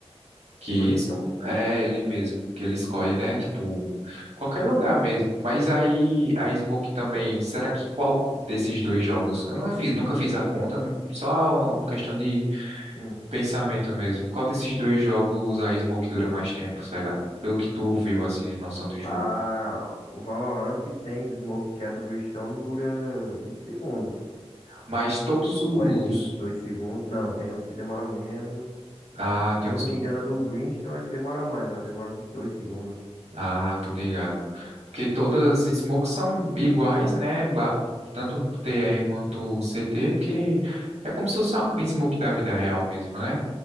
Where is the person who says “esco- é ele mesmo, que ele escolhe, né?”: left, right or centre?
Right